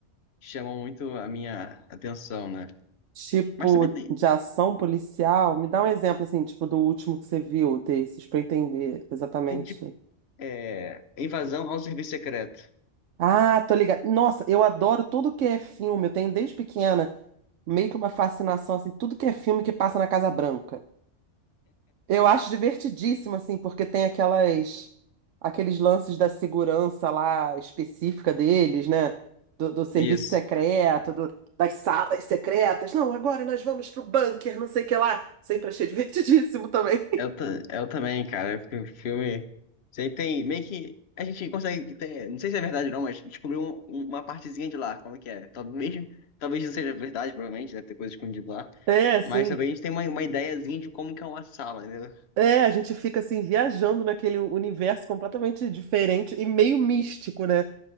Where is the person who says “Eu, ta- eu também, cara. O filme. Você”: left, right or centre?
Left